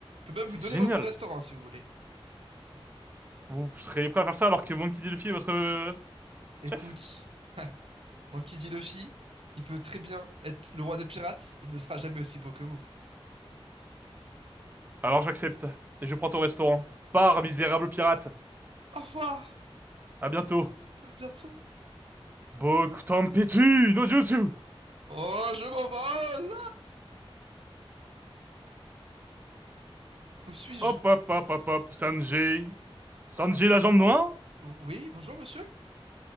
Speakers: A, on the right (about 70°); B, on the right (about 20°).
A: Je peux même
B: C'est
A: vous donner
B: génial.
A: moi mon restaurant si vous voulez.
B: Vous serez prêt à faire ça alors que Monkey D. Luffy est votre euh,
A: Écoute,
B: chef?
A: mon qui dit Luffy, il peut très bien être le roi des pirates, il ne sera jamais aussi beau que vous.
B: Alors j'accepte. Et je prends ton restaurant. Pars, misérable pirate.
A: Au revoir,
B: À bientôt.
A: à bientôt.
B: Bokutanpitsu no jutsu!
A: Oh, je m'envole. Ah Où suis-je?
B: Hop hop hop hop hop, Sanji. Sanji
A: Euh,
B: la jambe noire?
A: euh, oui, bonjour monsieur.